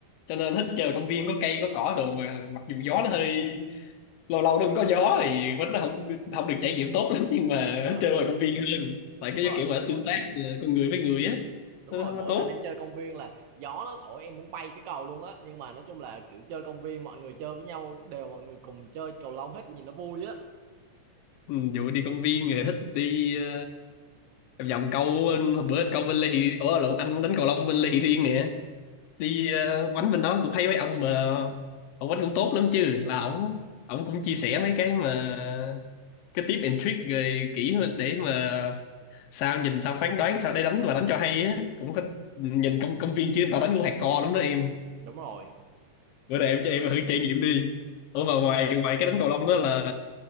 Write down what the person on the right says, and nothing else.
<laughs> đúng rồi
đúng
rồi
mỗi
đúng
rồi
mỗi
lần em chơi công viên là gió nó thổi em muốn bay cái cầu luôn á nhưng mà nói chung là kiểu chơi công viên mọi người chơi với nhau đều mọi người cùng chơi cầu lông hết nhìn nó vui á
đúng rồi
em
à, để,